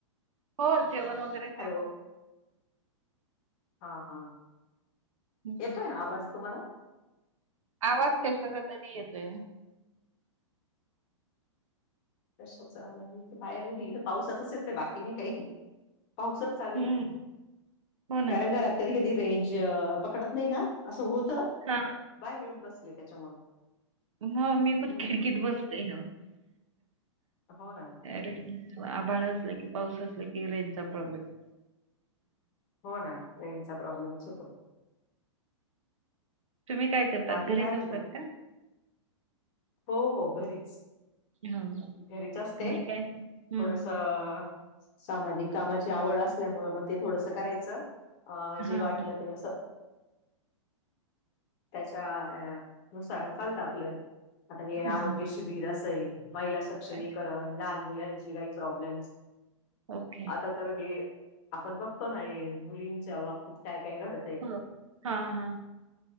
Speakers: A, on the right; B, on the left.
A: हो जेवण वगैरे झाले.
B: हॅलो. हा हां.
A: हम्म.
B: येतोय ना, येतोय ना, आवाज तुम्हाला?
A: आवाज कशाचा तरी येतोय.
B: तसच बाहेर उभी इथे, पावसाचाच येतो बाकी नाही काही पावसच चालू
A: हं,
B: आहे,
A: हो ना.
B: कारण घरात कधी-कधी रेंज पकडत नाही ना, असं होत
A: हां,
B: बाहेर येऊन बसले त्याच्यामुळे
A: ह मी पण
B: हं.
A: खिडकीत बसले.
B: हो ना.
A: रेन आभाळ असलं कि, पाऊस असला कि रेजचा प्रॉब्लेम असतो.
B: हो ना रेंजनचा प्रॉब्लेमच होतो.
A: तुम्ही काय? करतात?
B: बाकी
A: घरीच
B: काय म्हणतात
A: असतात का?
B: हो - हो घरीचं.
A: हो, हो.
B: घरीचं असते
A: मी काय हं,
B: थोडसं. सामाजिक कामाची आवडं असल्यामुळं मग ते थोडसं करायचं जे
A: हां,
B: वाटलं
A: हां.
B: ते असं. त्यांच्या अ - नुसार चालतं आपलं आता हे आरोग्य
A: हं,
B: शिकं विरासई महिला सक्षमीकरण
A: अच्छा.
B: लहान मुलांची काही प्रॉब्लेम्.
A: ओके.
B: आता तर हे आपण बघतो ना हे मुलींच्या बाबतीत काय - काय घड
A: हो हा हा.